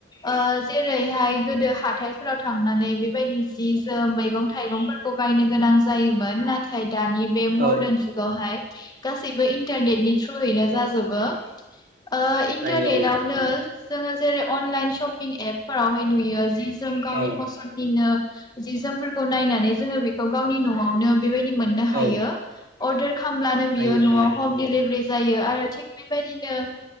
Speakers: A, on the left (about 20°); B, on the right (about 50°).
A: ओ जेरैहाय गोदो हाथायफोराव थांनानै बेबायदि जि जोम मैगं थायगंफोरखौ बायनो गोनां जायोमोन नाथाय। दानि बे मर्दन
B: औ
A: जुगावहाय। गासैबो इन्टारनेट इनि थ्रुयैनो जाजोबो। ओ इन्टारनेटावनो
B: जायो
A: जोंङो जेरै अनलाइन शपिं एप फोरावहाय नुयो जि जों गावनि
B: औ औ
A: फसन्दनिनो जि जोमफोरखौ नायनानै जोंङो बेखौ गावनि नआवनो बेबायदि मोननो हायो
B: औ
A: । अर्डार। खालामब्लानो
B: हायो
A: बियो नआव
B: हायो
A: हम दिलि जायो आरो थि बेबायदिनो।